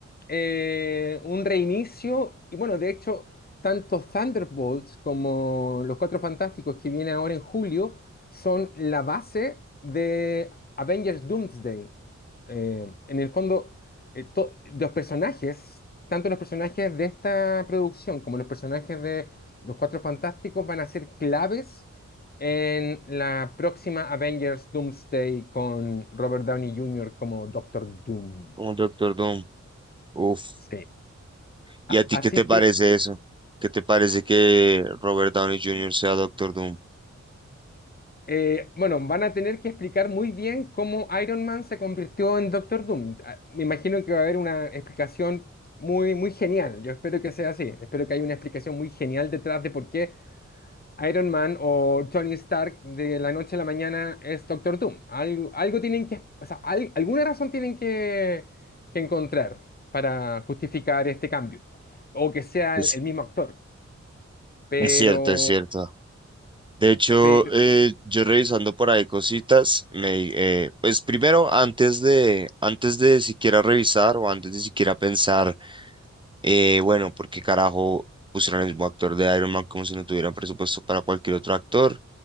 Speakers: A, on the left (about 35°); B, on the right (about 15°).
A: eh, un reinicio. Y bueno, de hecho, tanto Thunderbolts como Los Cuatro Fantásticos que viene ahora en julio son la base de Avengers Doomsday. Eh, en el fondo, eh, to- los personajes, tanto los personajes de esta producción como los personajes de Los Cuatro Fantásticos van a ser claves en la próxima Avengers Doomsday con Robert Downey Jr. como Doctor Doom.
B: un Doctor Doom. Uf.
A: Sí.
B: ¿Y
A: A-
B: a ti
A: así
B: qué te parece
A: que,
B: eso? ¿Qué te parece que Robert Downey Jr. sea Doctor Doom?
A: eh, bueno, van a tener que explicar muy bien cómo Iron Man se convirtió en Doctor Doom. Ah, Me imagino que va a haber una explicación muy, muy genial. Yo espero que sea así. Espero que haya una explicación muy genial detrás de por qué Iron Man o Tony Stark de la noche a la mañana es Doctor Doom. Algo, algo tienen que, o sea, al- alguna razón tienen que, que encontrar para justificar este cambio. O que sea
B: Es,
A: el, el mismo actor. Pero,
B: es cierto, es cierto. De hecho,
A: pero,
B: eh, yo revisando por ahí cositas, me, eh, pues primero, antes de, antes de siquiera revisar o antes de siquiera pensar, eh, bueno, ¿por qué carajo pusieron el mismo actor de Iron Man como si no tuvieran presupuesto para cualquier otro actor?